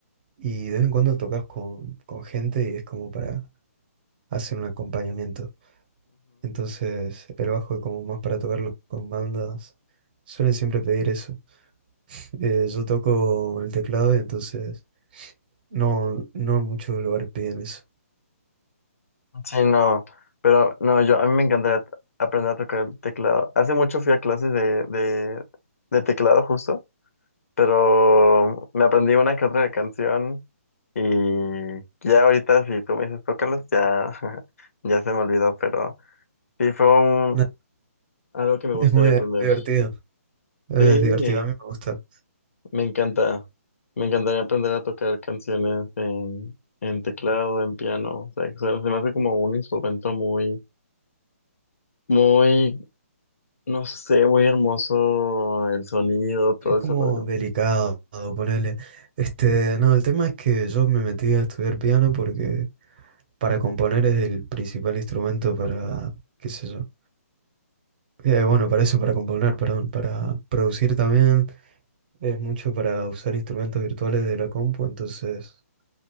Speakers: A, on the right; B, on the left.
A: y de vez en cuando tocas con, con gente y es como para hacer un acompañamiento. Entonces el bajo es como más para tocarlo con bandas. Suelen siempre pedir eso. Eh, yo toco el teclado y entonces no, no en muchos lugares piden eso.
B: Sí, no, pero no, yo a mí me encantaría t- aprender a tocar el teclado. Hace mucho fui a clases de, de, de teclado justo, pero me aprendí una que otra canción y ya ahorita si tú me dices tócalos, ya, <laughs> ya se me olvidó, pero sí fue un,
A: <laughs> Nada,
B: algo que me
A: es
B: gustaría
A: muy, es
B: aprender.
A: muy divertido. Es
B: Sí,
A: divertido, a mí me gusta.
B: me encanta, me encantaría aprender a tocar canciones en, en teclado, en piano, o sea, que se se me hace como un instrumento muy... Muy No sé, muy hermoso el sonido, todo
A: Es como
B: ese rollo.
A: delicado, ponerle. Este, no, el tema es que yo me metí a estudiar piano porque para componer es el principal instrumento para, qué sé yo. Eh, bueno, para eso, para componer, perdón, para producir también. Es mucho para usar instrumentos virtuales de la compu, entonces